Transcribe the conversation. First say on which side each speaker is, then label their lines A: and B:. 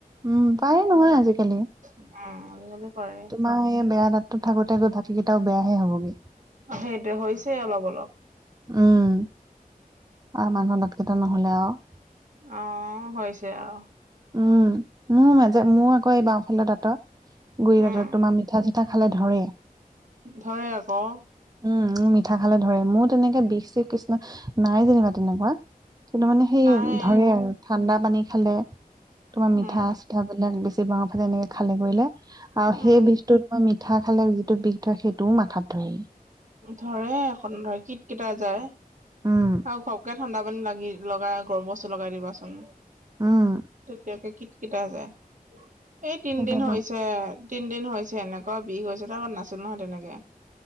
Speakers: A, on the right (about 25°); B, on the right (about 55°).
A: উম পায় নহয় আজিকালি,
B: উম আজিকালি কৰে
A: তোমাৰ এই বেয়া দাঁত টো। থাকোতে গৈ দাত কেইটাও বেয়াহে হবগে।
B: সেইটোৱে হৈছে অলপ অলপ
A: উম আও মানুহৰ দাতকেইটা নহলে আৰু।
B: অ' হৈছে আৰু।
A: উম মোৰ মাজে মোৰো আকৌ এই বাওঁফালৰ দাঁতৰ। গুৰি দাঁতত
B: উম
A: তোমাৰ মিঠা চিঠা খালে ধৰে,
B: ধৰে আকৌ
A: উম। উম, মিঠা খালে ধৰে মোৰ তেনেকে বিষ চিষ কৃষ্ণ নাই যেনিবা তেনেকুৱা। কিন্তু মানে সেই
B: নাই
A: ধৰে আৰু ঠাণ্ডা পানী খালে। তোমাৰ মিঠা
B: উম
A: চিঠা বিলাক বেছি বাওৰ ফালে এনেকে খালে কৰিলে আৰু সেই
B: উম
A: বিষটো তোমাৰ মিঠ মিঠা খালে যিটো বিষ ধয় সেইটোও মাথাত ধৰে।
B: উ ধৰে একন ধৰে কিট কটায় যায়
A: উম
B: আৰু ঘকে ঘটে। ঠাণ্ডা পানী লাগি লগাই গৰম বস্তু লগাই দিবাচোন
A: উম
B: তেতিয়াকে কিট কটায়। কিতা যায় এই তিনদিন
A: সেইটোৱেতো
B: হৈছে আৰু। তিনিদিন হৈছে এনেকুৱা বিষ হৈছে নহয় তাৰ নাছিল নহয় তেনেকে।